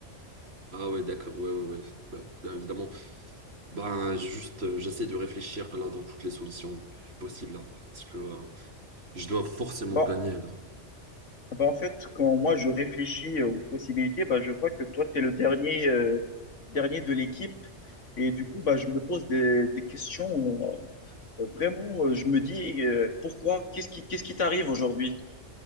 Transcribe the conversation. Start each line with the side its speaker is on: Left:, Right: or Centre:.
Right: Ah ouais, d'accord. Ouais, ouais, ouais. Bah, Bien évidemment. Bah, juste, euh, j'essaie de réfléchir, là, dans toutes les solutions possibles, là. Parce que euh, je dois forcément
Left: Bon,
Right: gagner, là.
Left: bah, en fait, quand moi je réfléchis aux possibilités, bah, je vois que toi, tu es le dernier, euh, dernier de l'équipe. Et du coup, bah, je me pose des, des questions euh, Euh, Vraiment, euh, je me dis, euh, pourquoi? Qu'est-ce qui, qu'est-ce qui t'arrive aujourd'hui?